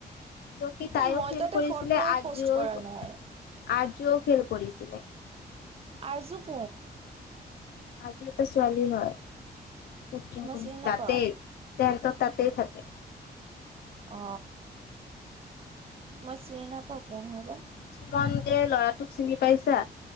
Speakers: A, on the left; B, on the right.
A: আয়কি তাইও
B: অ', মইতো
A: ফেল
B: এটা
A: কৰিছিলে
B: ফটো
A: আৰজু
B: পষ্ট কৰা নাই।
A: আজিও ফেল কৰিছিলে
B: আজু ক
A: আজি ত ছোৱালী ন কু
B: মই
A: কু
B: চিনি
A: ততেতে
B: নাপাও
A: তেেত তাতেই থাকে
B: অ মই চৰি নাপা কওঁ নয়বাৰ
A: মন যে ল'ৰাটোক চিনি পাইছা